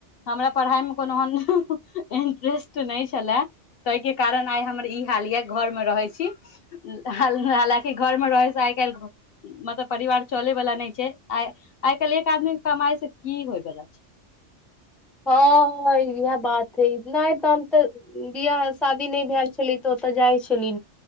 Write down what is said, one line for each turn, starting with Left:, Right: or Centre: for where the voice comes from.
Left: हमरा पढ़ाइमे कोनोन इंट्रेस्ट नहि छलए, ताहिके कारण आइ हमर ई ख ल घर मे रहै छी, हालकि घर मे रहै से आइ काल्हि मतलब परिवार चलै वला नहि छै, आ आइ काल्हि एक एक आदमी के कमाइ से की होय बला छै
Centre: हँ इह बात हे, नहि तऽ हम तऽ बिियाह शादी नहि भेल छले तऽ ओतऽ जाइ छली